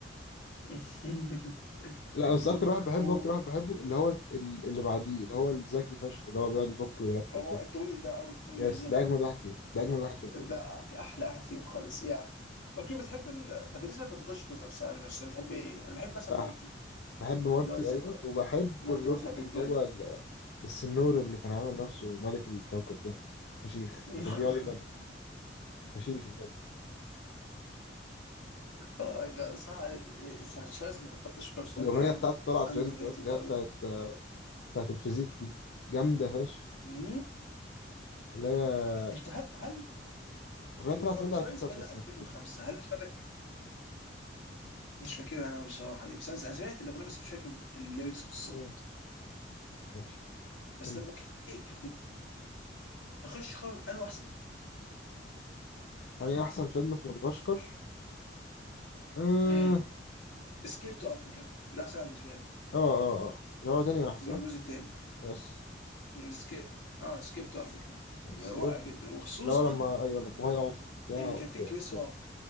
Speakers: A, on the left (about 80°); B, on the left (about 60°).
A: <laughs>
B: لا
A: هو
B: بس اكتر واحد بحبه
A: هو-
B: اكتر واحد بحبه اللي هو ال- اللي بعديه اللي هو الذكي فشخ اللي هو بيقعد يفك ويركب
A: اه
B: ده
A: الطويل ده قوي الطويل
B: يس
A: النيرد
B: ده اجمد واحد فيهم ده اجمد واحد في الفيلم
A: ده احلى واحد فيهم خالص يا اوكي بتحب ال... طب بالنسبه لمدغشقر نفسها شخصيه بتحب ايه؟ انا بحب مثلا
B: بح-
A: مارتي
B: بحب مارتي
A: اللي هو الزبره
B: ايوه وبحب
A: مارتي
B: الراجل
A: مضحك
B: اللي
A: جدا
B: هو ال- السنور اللي كان عامل نفسه ملك الكوكب ده فشيخ
A: <laughs>
B: اللي كان بيقعد يغني فشيخ بجد
A: آه، صح فرانشايز مدغشقر بشكل
B: الاغنيه
A: عام
B: بتاعته طلعت
A: اندر
B: ترند
A: ريتد
B: دلوقتي اللي هي
A: قوي
B: بتاعت بتاعت الفيزيك دي جامده فشخ
A: مم.
B: اللي هي
A: انت هل هل
B: الأغنية
A: الفرانشايز
B: طلعت ترند على تيك توك
A: بدأ
B: بس
A: 2005
B: مش فاكر
A: هل بالنسبه لك مش فاكر انا بصراحه دي بس انا أنا سمعت الاغنيه بس مش فاكر الليركس بالظبط
B: مم. ماشي
A: بس
B: ال-
A: طب اوكي مدغشقر انا احسن
B: يعني أحسن فيلم في مدغشقر آه آه
A: مم. اسكيب تو افريكا ده سبعه بالنسبه لي
B: آه آه. اللي هو تاني واحد صح؟
A: اللي هو الجزء الثاني
B: يس
A: اسكيب اه اسكيب تو افريكا
B: يس
A: رائع
B: برضه
A: جدا وخصوصا
B: اللي هو لما أيوه لما هو يقع في البتاع
A: ان كان في
B: أيوه
A: كريس
B: جامد.
A: روك